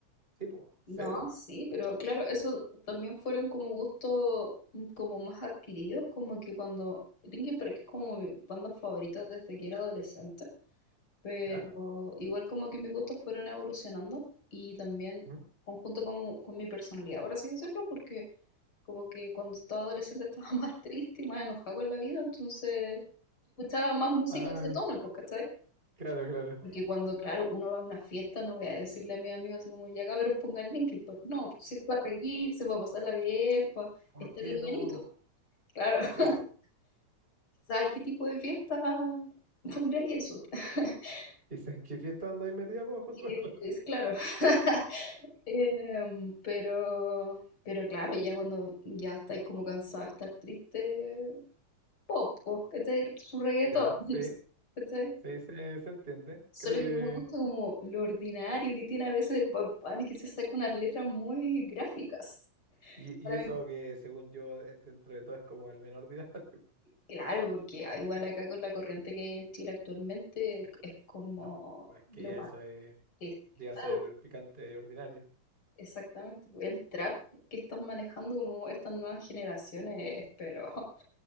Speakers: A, on the right; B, on the left.
A: Sí, pues, cero,
B: No, sí, pero claro, eso también fueron como gustos mm, como más adquiridos, como que cuando Linkin Park es como mi banda favorita desde que era adolescente, pero
A: ¿ya?
B: igual como que mis gustos fueron evolucionando y también
A: ¿Mm?
B: conjunto como con mi personalidad, por así decirlo, porque como que cuando estaba adolescente estaba <laughs> más triste y más enojada con la vida, entonces escuchaba más música
A: Ay,
B: de ese tono, pues, ¿cachai?
A: claro, claro.
B: Porque cuando, claro, uno va a una fiesta, no voy a decirle a mis amigos así como, ya cabros, ponga el Linkin Park. No, pues si es para reírse, para pasarla bien, para
A: ¿Por
B: estar
A: qué
B: livianito.
A: no?
B: Claro. <laughs>
A: Sí, pues.
B: ¿Sabes qué tipo de fiesta pondría eso? <laughs>
A: Quizás qué fiesta andáis metida, pues, Consuelo.
B: Que
A: <laughs>
B: Es claro. <laughs> Em, pero, pero claro, ya cuando ya estáis como cansada de estar triste, pop, po, ¿cachai? Su reggaetón,
A: Ya,
B: <laughs>
A: sí,
B: ¿cachai?
A: sí, se, se entiende.
B: Solo
A: Creo
B: que
A: que.
B: no me gusta como lo ordinario que tiene a veces Bad Bunny, que se saca unas letras muy gráficas.
A: Y,
B: Para
A: y eso
B: mí,
A: que, según yo, eh, dentro de todo es como el menor ordinario. <laughs>
B: claro, porque ah, igual acá con la corriente que hay en Chile actualmente, es es como
A: No, pues es que
B: lo
A: ya
B: más...
A: eso es,
B: es-
A: llega
B: claro,
A: a ser picante ordinario.
B: exactamente. pues, El trap que están manejando como estas nuevas generaciones, pero <laughs>